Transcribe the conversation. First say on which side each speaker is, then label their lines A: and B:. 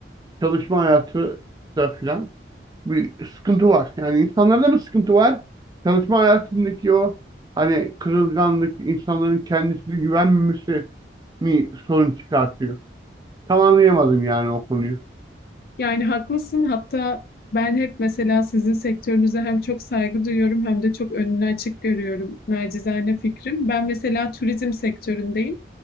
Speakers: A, on the right; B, on the left.
A: çalışma hayatı da filan bir sıkıntı var. Yani insanlarda mı sıkıntı var? Çalışma hayatındaki o hani kırılganlık, insanların kendisine güvenmemesi mi sorun çıkartıyor? Tam anlayamadım yani o konuyu.
B: Yani haklısın. Hatta ben hep mesela sizin sektörünüze hem çok saygı duyuyorum hem de çok önünü açık görüyorum. Nacizane fikrim. Ben mesela turizm sektöründeyim.